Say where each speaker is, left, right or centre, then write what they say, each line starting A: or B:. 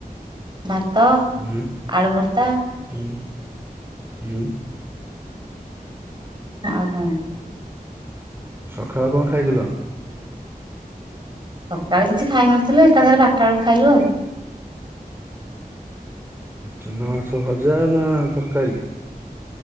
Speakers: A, on the right; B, on the right.
A: ଭାତ
B: ହୁଁ
A: ଆଳୁଭର୍ତା।
B: ହୁଁ ହୁଁ।
A: ଆଉ‌ କଣ।
B: ସଖାଳେ କଣ ଖାଇଥିଲ?
A: ସକାଳେ କିଛି ଖାଇ ନଥିଲ ଏକା ଥରେ ବାଟା ବେଳକୁ ଖାଇଲୁ ଆଉ।
B: ଚୁନା ମାଛ ଭଜା ନା ତରକାରୀ?